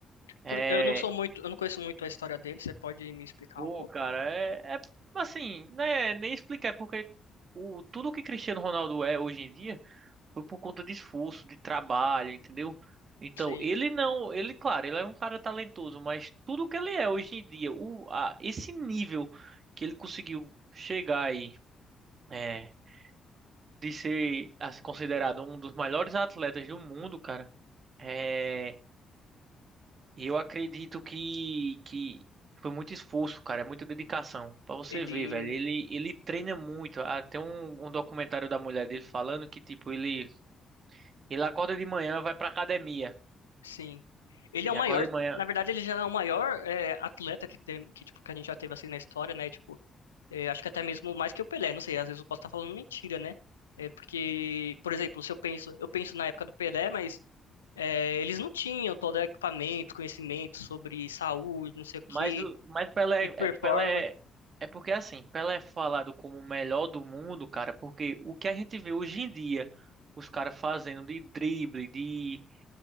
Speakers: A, on the right; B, on the left.
A: É,
B: Porque eu não sou muito, eu não conheço muito a história dele, você pode me explicar
A: pô,
B: um pouco?
A: cara, é, é assim, né, nem explicar, porque o, tudo que Cristiano Ronaldo é hoje em dia foi por conta de esforço, de trabalho, entendeu? Então,
B: Sim,
A: ele não, ele, claro, ele é um cara talentoso, mas tudo que ele é hoje em dia, o, a, esse nível que ele conseguiu chegar aí. É, de ser assim, considerado um dos melhores atletas do mundo, cara, é, eu acredito que, que foi muito esforço, cara, é muita dedicação. Pra você
B: ele,
A: ver, velho, ele, ele treina muito. Até um, um documentário da mulher dele falando que, tipo, ele, ele acorda de manhã, vai pra academia.
B: sim. Ele
A: E
B: é o maior,
A: acorda de manhã.
B: na verdade ele já é o maior é, atleta que tem, que, tipo, que a gente já teve, assim, na história, né? Tipo, É, acho que até mesmo mais que o Pelé, não sei, às vezes eu posso estar falando mentira, né? É porque, por exemplo, se eu penso, eu penso na época do Pelé, mas é, eles não tinham todo o equipamento, conhecimento sobre saúde, não sei o
A: Mas,
B: quê,
A: o- mas Pelé,
B: e performance,
A: é- Pelé, é porque assim, Pelé é falado como o melhor do mundo, cara, porque o que a gente vê hoje em dia, os caras fazendo de drible, de